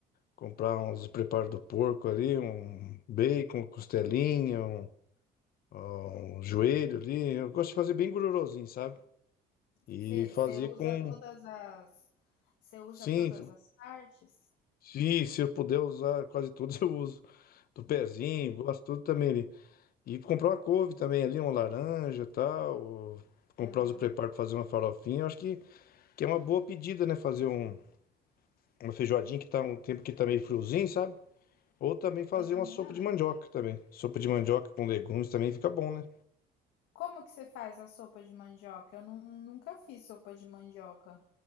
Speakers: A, on the left; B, on the left.
A: Comprar uns preparos do porco ali, um bacon, costelinha, um, um joelho ali. Eu gosto de fazer bem gordurosinho, sabe? E
B: Você
A: fazer
B: você usa
A: com.
B: todas as você usa
A: Sim,
B: todas as partes?
A: se, se eu puder usar quase todos, <laughs> eu uso. Do pezinho, gosto tudo também ali. E comprar uma couve também ali, uma laranja e tal. ou Comprar
B: Aham.
A: os preparos para fazer uma farofinha. Eu acho que, que é uma boa pedida, né? Fazer um, uma feijoadinha que tá um tempo que tá meio friozinho, sabe? Ou também fazer
B: Eu também
A: uma sopa
B: acho.
A: de mandioca também. Sopa de mandioca com legumes também fica bom, né?
B: Como que você faz a sopa de mandioca? Eu nun nunca fiz sopa de mandioca.